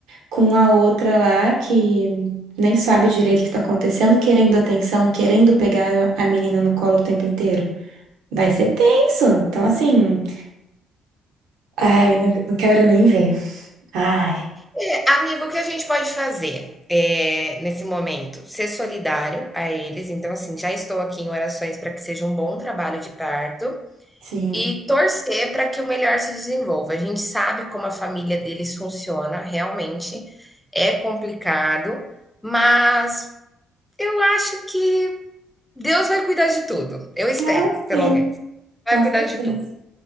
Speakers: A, on the right; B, in the centre.
A: com a outra lá que nem sabe direito o que tá acontecendo, querendo atenção, querendo pegar a menina no colo o tempo inteiro. Vai ser tenso. Então, assim, ai, não, não quero nem ver. Ai,
B: É, amigo, o que a gente pode fazer é, nesse momento? Ser solidário a eles. Então, assim, já estou aqui em orações para que seja um bom trabalho de parto
A: sim.
B: e torcer para que o melhor se desenvolva. A gente sabe como a família deles funciona, realmente é complicado, mas eu acho que Deus vai cuidar de tudo. Eu espero,
A: Ah,
B: pelo
A: sim.
B: menos. Vai
A: Com
B: cuidar
A: certeza.
B: de tudo.